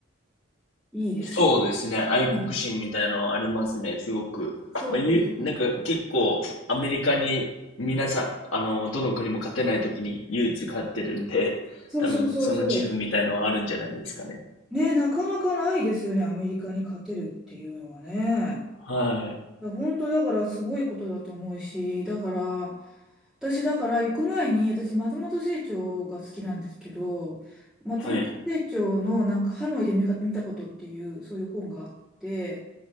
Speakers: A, in the centre; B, on the left.
A: いいですよね。
B: そうですね。愛国心みたいのはありますね、
A: うん。
B: すごく。
A: そうそうそう。
B: まあ、ゆ、なんか結構アメリカに皆さん、あの、どの国も勝てない時に唯一勝ってるんで、
A: そうそうそうそ
B: 多分その自負みたいのはあるんじゃないですかね。
A: う。ね、なかなかないですよね、アメリカに勝てるっていうのはね。
B: はい。
A: だ本当だからすごいことだと思うし、だから、私だから行く前に、私松本清張が好きなんですけど、松本清張のなんかハノイで見か、
B: はい。
A: 見たことっていう、そういう本があって、